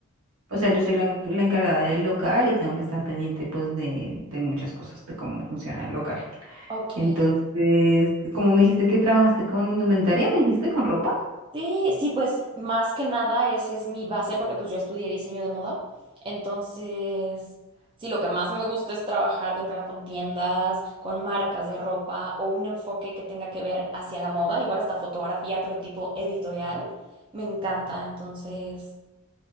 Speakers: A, on the right; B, on the right.
A: O sea, yo soy la, la encargada del local y tengo que estar pendiente pues de, de muchas cosas, de cómo funciona el local.
B: ok.
A: Entonces, como me dijiste que trabajaste con indumentaria, me dijiste con ropa.
B: Sí, sí, pues más que nada esa es mi base porque pues yo estudié diseño de moda. Entonces, sí, lo que más me gusta es trabajar de plano con tiendas, con marcas de ropa o un enfoque que tenga que ver hacia la moda, igual hasta fotografía, pero tipo editorial. Me encanta, entonces,